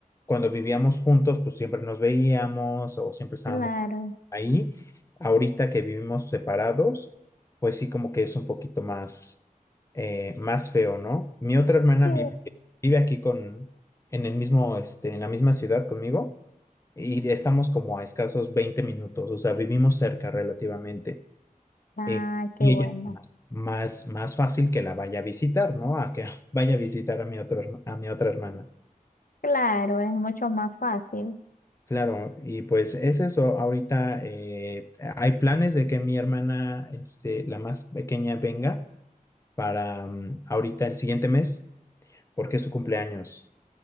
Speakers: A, on the left (about 20°); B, on the left (about 75°).
A: cuando vivíamos juntos, pues siempre nos veíamos o siempre estábamos
B: Claro,
A: ahí. Ahorita que vivimos separados, pues sí, como que es un poquito más, eh, más feo, ¿no? Mi otra hermana
B: sí.
A: vive, vive aquí con, en el mismo, este, en la misma ciudad conmigo y estamos como a escasos 20 minutos, o sea, vivimos cerca relativamente.
B: Ah,
A: Eh,
B: qué
A: y
B: bueno.
A: ella más, más fácil que la vaya a visitar, ¿no? A que <laughs> vaya a visitar a mi otro, herma- a mi otra hermana.
B: Claro, es mucho más fácil.
A: Claro, y pues es eso. Ahorita eh, hay planes de que mi hermana, este, la más pequeña, venga para mm, ahorita el siguiente mes, porque es su cumpleaños.